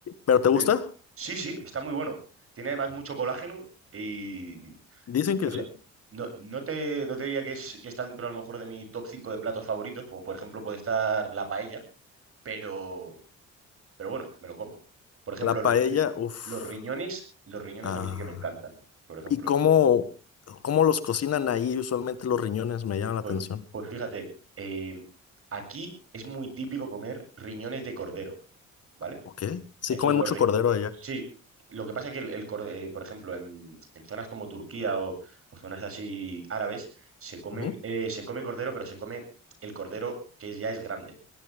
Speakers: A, on the left; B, on the right.
A: ¿Pero te gusta?
B: Eh, sí, sí, está muy bueno. Tiene además mucho colágeno y,
A: Dicen que
B: o
A: sí.
B: sea, no, no te, no te diría que, es, que está dentro a lo mejor de mi top 5 de platos favoritos, como por ejemplo puede estar la paella, pero, pero bueno, me lo como. Por ejemplo,
A: La
B: los,
A: paella,
B: ri-
A: uff.
B: los riñones, los riñones
A: ah
B: a mí sí que me encantan, por ejemplo.
A: ¿Y cómo, cómo los cocinan ahí usualmente los riñones? Me llama la
B: Pues,
A: atención.
B: pues fíjate, eh, aquí es muy típico comer riñones de cordero, ¿vale?
A: ¿Ok? Sí,
B: Entonces,
A: comen
B: los,
A: mucho
B: ri-
A: cordero allá.
B: sí, lo que pasa es que, el, el cor- eh, por ejemplo, en, en zonas como Turquía o, o zonas así árabes, se come,
A: Ujú,
B: eh, se come cordero, pero se come el cordero que ya es grande.